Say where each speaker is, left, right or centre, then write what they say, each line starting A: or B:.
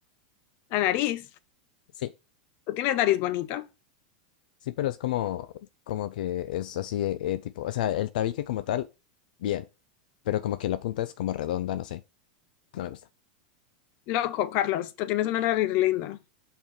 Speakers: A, on the left; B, on the left.
A: la nariz.
B: Sí,
A: Tú tienes nariz bonita.
B: sí, pero es como, como que es así, eh, eh, tipo, o sea, el tabique como tal, bien, pero como que la punta es como redonda, no sé, no me gusta.
A: Loco, Carlos, tú tienes una nariz linda.